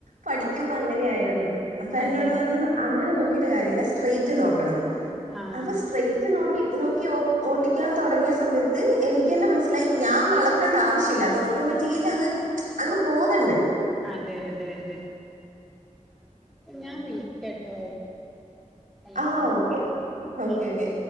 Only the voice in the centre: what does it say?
അതെ
ആഹ്
അതെ തെ തെ ഞാൻ വിളിക്കാട്ടോ ഹലോ
ആഹ്